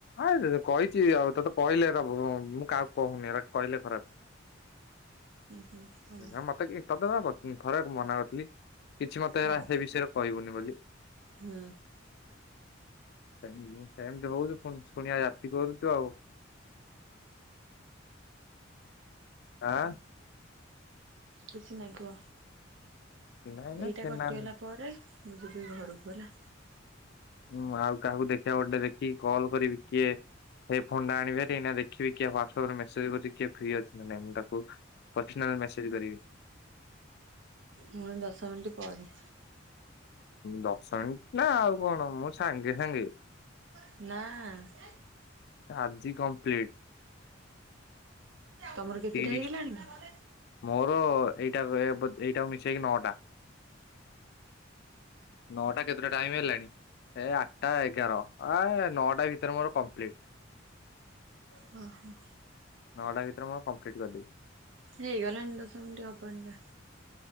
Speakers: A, on the left (about 55°); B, on the right (about 70°).
A: ଆ କହିଚି ଆଉ ତତେ କହିଲେ ଏରା ବୁ-ମୁଁ କାହା କହୁନି ଏରା କହିଲେ ଖରାପ୍।
B: ହୁଁ ଭଲ
A: ଏରା ମତେ କିଏ ତତେ ବା ଥରେ ମନା କରିଥିଲି କିଛି ମତେ
B: ହଉ
A: ହେରା ସେ ବିଷୟରେ କହିବୁନି ବୋଲି।
B: ହୁଁ।
A: ସେ ସେମିତି ହଉଚୁ ପୁଣି ଶୁଣିବା ଯାତି କରୁଛ ଆଉ ଆଁ।
B: କିଛି ନାଇଁ କୁହ
A: ନାଇଁ ନା
B: ଏଇଟା
A: ଛେନା
B: କଟିଗଲା
A: ନାଇଁ।
B: ପରେ ମୁଁ ଯିବି ଘରକୁ ହେଲା।
A: ମୁଁ ଆଉ କାହାକୁ ଦେଖିବାକୁ ଗୋଟେ ଦେଖିକି କଲ କରିବି କିଏ? ସେଇ ଫୋନଟା ଆଣିବି ଭାରି ଦେଖିବି କିଏ ହ୍ୱାଟସଆପରେ ମେସେଜ କରୁଛି କିଏ ଫ୍ରୀ ଅଛି ନା ମୁଁ ତାକୁ ପସନାଲ ମେସେଜ କରିବେ।
B: ମୋର ଦଶ ମିିନଟ୍ ପରେ
A: ଦଶ ମିନିଟ ନା ଆଉ କଣ ମୁଁ ସାଙ୍ଗେ ସାଙ୍ଗେ
B: ନା।
A: ଆଜି କମ୍ପ୍ଲିଟ୍।
B: ତମର କେତେଟା
A: ତିରିଶ
B: ହେଇଗଲାଣିି କି?
A: ମୋର ଏଇଟା ଏଇଟାକୁ ମିଶେଇକି ନଅଟା। ନଅଟା କେତେରେ ଟାଇମ ହେଲାଣି ଏ ଆଠଟା ଏଗାର ଆ ନଅଟା ଭିତରେ ମୋର କମ୍ପ୍ଲିଟ।
B: ହଁ।
A: ନଅଟା ଭିତରେ ମୋର କମ୍ପ୍ଲିଟ୍ କରିଦେବି।
B: ହେଇଗଲାଣି ଦଶ ମିନିଟ୍ ହବନିକା।